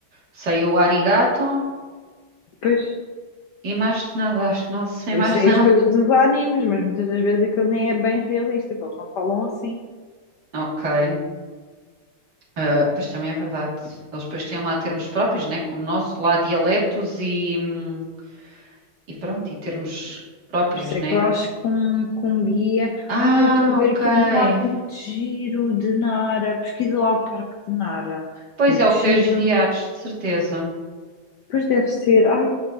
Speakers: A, on the right; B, on the left.
A: Sei o arigato
B: Pois,
A: e mais nada, acho, não sei
B: eu
A: mais
B: sei
A: <laughs> nada.
B: as coisas dos animes, mas muitas das vezes aquilo nem é bem realista, que eles não falam assim.
A: Ok. Ah, pois também é verdade. Eles depois têm lá termos próprios, né? Como nós, lá dialetos e, hum, e pronto, e termos próprios,
B: Por isso
A: né?
B: é que eu acho que um, que um guia.
A: Ah,
B: Ai, estou a ver
A: ok.
B: aqui um parque muito giro de Nara. Pesquisa lá o parque de Nara.
A: Pois
B: Muito
A: é o que
B: giro.
A: tens viados, de certeza.
B: Pois deve ser. Ai,